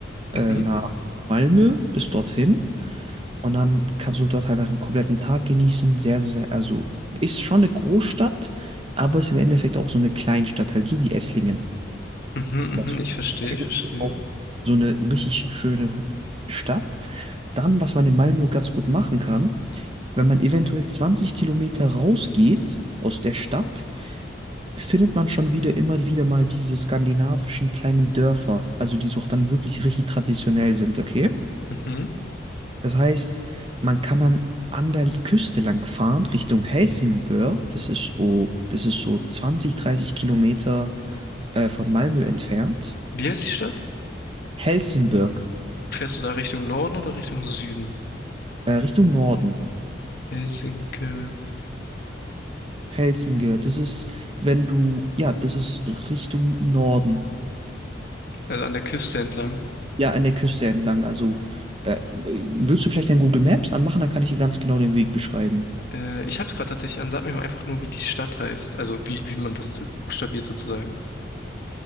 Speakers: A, on the left; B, on the right.
A: Mhm.
B: äh, nach Malmö bis dorthin. Und dann kannst du dort einfach einen kompletten Tag genießen. Sehr, sehr, sehr, also ist schon eine Großstadt, aber ist im Endeffekt auch so eine Kleinstadt, halt so wie Esslingen.
A: Mhm,
B: Weißt
A: mhm, ich verstehe, ich verstehe.
B: du, auch So eine richtig schöne Stadt. Dann, was man in Malmö ganz gut machen kann, wenn man eventuell 20 Kilometer rausgeht aus der Stadt, findet man schon wieder immer wieder mal diese skandinavischen kleinen Dörfer, also die so auch dann wirklich richtig traditionell sind, okay?
A: Mhm.
B: Das heißt, man kann dann an der Küste lang fahren, Richtung Helsingborg, das ist so, das ist so 20, 30 Kilometer äh, von Malmö entfernt.
A: Wie heißt die Stadt?
B: Helsingborg,
A: Fährst du da Richtung Norden oder Richtung Süden?
B: äh, Richtung Norden.
A: Helsinki.
B: Helsinge, das ist, wenn du, ja, das ist Richtung Norden
A: also an der Küste entlang.
B: Ja, an der Küste entlang. Also, äh, willst du vielleicht dein Google Maps anmachen? Dann kann ich dir ganz genau den Weg beschreiben.
A: Äh, ich hab's gerade tatsächlich an, sag mir mal einfach nur, wie die Stadt heißt. Also wie, wie man das äh, buchstabiert sozusagen.